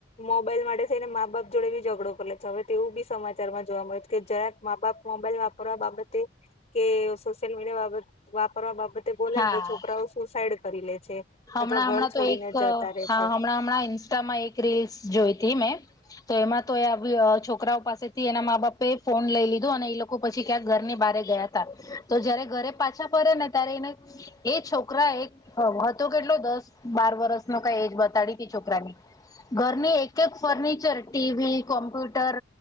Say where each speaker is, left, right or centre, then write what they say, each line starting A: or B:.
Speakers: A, on the left (about 35°); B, on the left (about 20°).
A: મોબાઈલ માટે થઈને મા બાપ જોડે જ ગડો કર લે છે હવે તે એવું બી સમાચારમાં જોવા મળ્યું હત કે જરાક મા બાપ મોબાઈલ વાપરવા બાબતે કે સોશિયલ મીડિયા બાબત વાપરવા બાબતે બોલે
B: હા
A: ને તો છોકરાઓ સુસાઈડ કરી લે છે.
B: હમણાં
A: અથવા ઘર
B: હમણાં
A: છોડીને
B: તો એક
A: જતા રે
B: હા
A: છે
B: હમણાં હમણાં ઇન્સ્ટામાં એક રીલ્સ જોઈ હતી મેં. તો એમાં તો એ છોકરાઓ પાસેથી એના મા બાપે ફોન લઈ લીધો અને એ લોકો પછી ક્યાંક ઘરની બહરે ગયા તા, તો જયારે ઘરે પાછા ફરે ને ત્યારે એને એ છોકરા એક તો કેટલો દસ બાર વરસ ન કઈ એજ બતાડી તી છોકરાની. ઘરની એક એક ફર્નિચર ટી વી, કોમ્પ્યુટર